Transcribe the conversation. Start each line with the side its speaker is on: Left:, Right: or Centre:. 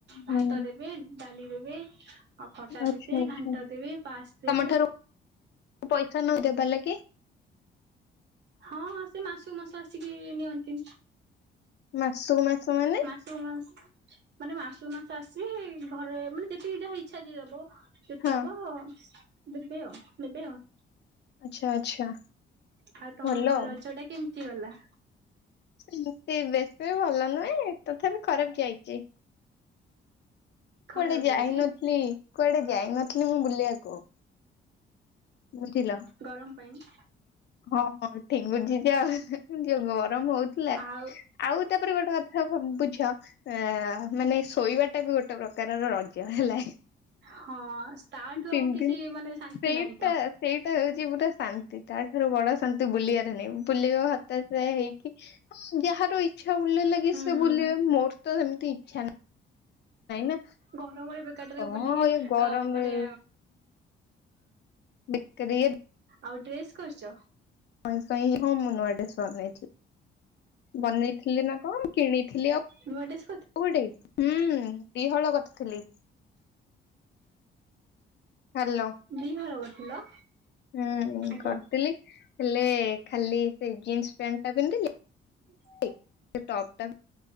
Right: ଭାତ
Left: ହୁଁ
Right: ଦେବେ ଡାଲି ଦେବେ। ଆଉ ଖଟା
Left: ଆଚ୍ଛା
Right: ଦେବି
Left: ଆଚ୍ଛା।
Right: ଘାଣ୍ଟ ଦେବି ପାସ୍ ଦେବି।
Left: ତମ ଠାରୁ ପଇସା ନ ଦେବାର ଲାଗ।
Right: ହଁ ହଁ ସେ ମାସକୁ ମାସ ଆସିକି ନିଅନ୍ତି।
Left: ମାସକୁ ମାସ ମାନେ?
Right: ମାସ ମାସ ମାନେ ମାସୁ ମାସ ଆସିବେ ଘରେ ମାନେ ଯେତିକି ଯାହା ଇଚ୍ଛା ଯଏ ଦବ। ସେତେ
Left: ହଁ
Right: ଦବ ଆଉ ଦେବେ ଆଉ ନେବେ ଆଉ।
Left: ଆଚ୍ଛା ଆଚ୍ଛା।
Right: ଆଉ ତମର
Left: ଭଲ ଆଉ।
Right: ରଜ ଟା କେମିତି ଗଲା?
Left: ସେମିତି ବେଶୀ ବି ଭଲ ନୁହେଁ ତଥାପି ଖରାପ ଯାଇଛି।
Right: ଖରାପ
Left: କୁଆଡେ ଯାଇନଥିଲି
Right: ଯାଇଛି
Left: କୁଆଡେ ଯାଇନଥିଲି ମୁଁ ବୁଲିବାକୁ। ବୁଝିଲ।
Right: ଗରମ ପାଇଁ
Left: ହଁ ଠିକ ବୁଝିଛି ଆଉ। ଯ ଗରମ ହଉଥିଲା
Right: ଆଉ
Left: ଆଉ ତାପରେ ଗୋଟେ କଥା ବୁଝ। ଆ ମାନେ ଶୋଇବା ଟା ବି ଗୋଟେ ପ୍ରକାରର ରଜ ହେଲା।
Right: ହଁ ତାଠୁ
Left: ତିନି
Right: ଆଉ କିଛି
Left: ଦିନ
Right: ମାନେ ଶାନ୍ତି
Left: ସେଇଟା
Right: ନାହିଁ ତ
Left: ସେଇଟା ହଉଛିପୁରା ଶାନ୍ତି ତ। ଠାରୁ ବଡ ଶାନ୍ତି ବୁଲିବାରେ ନାଇ ବୁଲେଇବ। ହତାଶା ହେଇକି ହଁ ଯାହାର ଇଛାୁଲିଲ ଲାଗି
Right: ହୁଁ
Left: ସେ
Right: ହୁଁ
Left: ବୁବେ ମୋର ତ ସେମିତି ଇଚ୍ଛା ନାହିଁ। ନା
Right: ଗରମରେ ବେକାରଟ
Left: କଣ
Right: ବୁଲିକି
Left: ଏ ଗରମରେ
Right: ଅ ମାନେ
Left: ବିକରି
Right: ଆଉ ଡ୍ରେସ୍ କରିଛ।
Left: ହଇଁ ସଇଁ ହଁ ମୁଁ ନୂଆ ଡେଶ ନେଇଥିଲି। ବନେଇଥିଲି ନା କଣ କିଣିଥିଲି ଆଉ।
Right: ନୂଆ ଡେସ
Left: କୋଉଠେ ହୁଁ ବିିହଳ କରିଥିଲି। ହ୍ୟାଲୋ।
Right: ଦିହଳ କରିଥିଲ।
Left: ହୁଁ
Right: ଆଜ୍ଞା
Left: କରିଥିଲି ହେଲେ ଖାଲି ସେ ଜିନ୍ସ ପ୍ୟାଣ୍ଟ ଟା ପିନ୍ଧିଲି।
Right: <inaudible>
Left: ସେ ଟପ ଟା